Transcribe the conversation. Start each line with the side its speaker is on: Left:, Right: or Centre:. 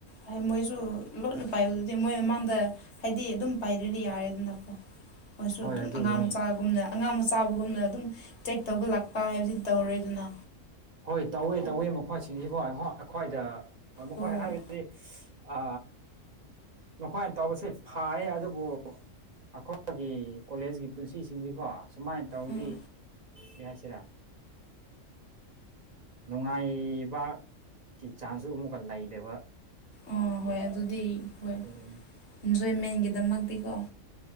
Left: ꯍꯥꯏ ꯃꯣꯏꯁꯨ ꯂꯣꯏꯅ ꯄꯥꯏꯕ ꯑꯗꯨꯗꯤ ꯃꯣꯏ ꯃꯃꯥꯡꯗ ꯍꯥꯏꯗꯤ ꯑꯗꯨꯝ ꯄꯥꯏꯗ꯭ꯔꯗꯤ ꯌꯥꯔꯦꯗꯅꯀꯣ ꯃꯣꯏꯁꯨ
Right: ꯍꯣꯏ
Left: ꯑꯗꯨꯝ
Right: ꯑꯗꯨꯒꯤꯅꯤ
Left: ꯑꯉꯥꯡ ꯃꯆꯥꯒꯨꯝꯅ ꯑꯉꯥꯡ ꯃꯆꯥ ꯆꯥꯕꯒꯨꯝꯅ ꯑꯗꯨꯝ ꯆꯦꯛ ꯇꯧꯕ ꯂꯥꯛꯄ ꯍꯥꯏꯕꯁꯤ ꯇꯧꯔꯦ ꯑꯗꯨꯅ
Right: ꯍꯣꯏ ꯇꯧꯏ ꯇꯧꯏ ꯃꯈꯣꯏꯁꯤꯡꯁꯤꯕꯨ ꯑꯩꯈ꯭ꯣꯏꯗ ꯃꯈꯣꯏ
Left: ꯍꯣ
Right: ꯍꯥꯏꯕꯗꯤ ꯑ ꯃꯈꯣꯏꯅ ꯇꯧꯕꯁꯦ ꯐꯌꯦ ꯑꯗꯨꯕꯨ ꯑꯩꯈꯣꯏꯒꯤ ꯀꯣꯂꯦꯖꯀꯤ ꯄꯨꯟꯁꯤꯁꯤꯡꯁꯤꯀꯣ ꯁꯨꯃꯥꯏꯅ ꯇꯧꯗꯤ
Left: ꯎꯝ
Right: ꯌꯥꯁꯤꯔꯥ ꯅꯨꯡꯉꯥꯏꯕ ꯀ ꯆꯥꯡꯁꯨ ꯑꯃꯨꯛꯀ ꯂꯩꯗꯕ
Left: ꯑꯥ ꯍꯣꯏ ꯑꯗꯨꯗꯤ ꯍꯣꯏ
Right: ꯑꯗꯨꯒꯤꯅꯦ
Left: ꯏꯟꯖꯣꯏꯃꯦꯟꯒꯤꯗꯃꯛꯇꯤꯀꯣ